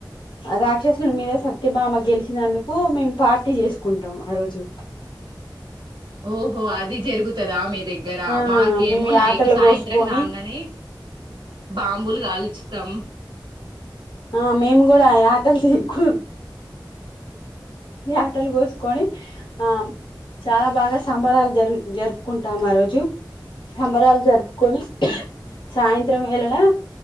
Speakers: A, on the left (about 80°); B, on the right (about 85°).
A: రాక్షస మీద సత్యభామ గెలిచినందుకు మేము పార్టీ చేసుకుంటాం. ఆ రోజు.
B: ఓహో అది జరుగు తదా మీ దగ్గర
A: ఆ
B: మాకేమో
A: మేము యాటలు
B: నైట్, సాయంత్రం
A: కోసుకొని
B: కాంగానే, బా బులు కాలుచుతాం
A: ఆ మేము కూడ యాటలది ఎక్కువ ఈ యాటల్ గోస్కోని, ఆమ్ చాలా బాగా సంబరాలు జరు జరుపుకుంటాం ఆ రోజు. సంబరాలు జరుపుకొని, సాయంత్రం వేళలా